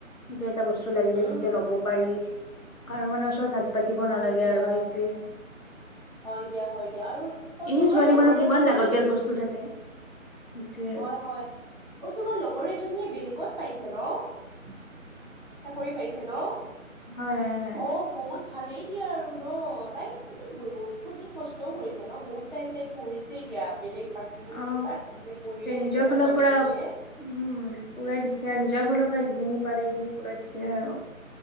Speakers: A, on the left (about 85°); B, on the right (about 35°).
A: এটা বস্তু লাগিলে
B: উম
A: নিজে ল'ব পাৰি কাৰো মানে ওচৰত হাত। পাতিব
B: হয়
A: নালাগে
B: দিয়া
A: আৰু সেইটোৱে।
B: হয় দিয়া হয় দিয়া আৰু অ
A: এনে
B: তোমাৰ
A: ছোৱালী
B: লগৰ
A: মানুহ কিমান
B: এজনীয়ে
A: লাগতিয়াল বস্তু থাকে। সেইটোৱে আৰু।
B: হয় হয় অ তোমাৰ লগৰ এজনীয়ে বেংকত পাইছে ন। চাকৰি পাইছে ন
A: হয় হয়
B: অ বহুত ভালেই। এতিয়া আৰু ন তাইতো বহুত খিনি কষ্টও কৰিছা ন বহুত টাইম তাই পঢ়িছেই দিয়া বেলেগ। বাকীবোৰ
A: অ
B: চব বাদ দিছে। পঢ়িয়ে
A: নিজৰ
B: থাকে ন
A: ফালৰ
B: ছোৱালীজনীয়ে
A: পৰা উম। পুৰা দিছে আৰু নিজৰ ফালৰ পৰা যিখিনি পাৰে সেইখিনি পূৰাই দিছে আৰু।